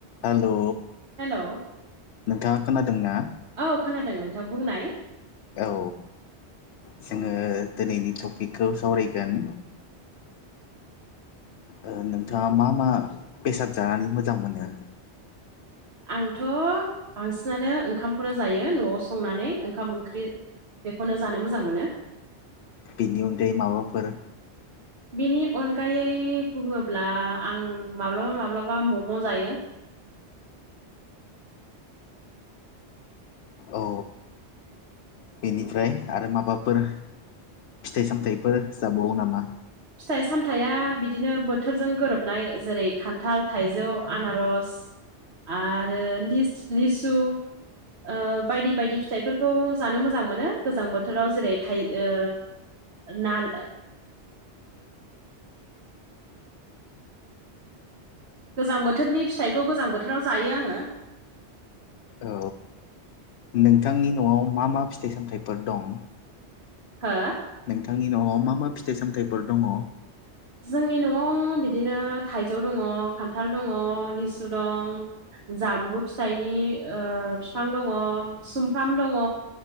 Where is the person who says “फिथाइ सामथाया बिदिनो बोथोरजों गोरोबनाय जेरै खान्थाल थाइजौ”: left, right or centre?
Right